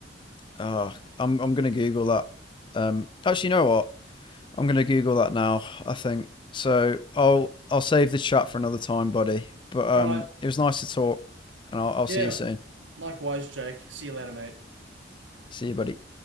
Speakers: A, on the left (about 25°); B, on the right (about 90°).
A: Oh, I'm I'm gonna Google that. Um, actually, you know what? I'm gonna Google that now, I think. So I'll I'll save the chat for another time, buddy. But
B: All
A: um,
B: right.
A: it was nice to talk, and I'll I'll
B: Yeah.
A: see you soon.
B: Likewise, Jake. See you later, mate.
A: See you, buddy.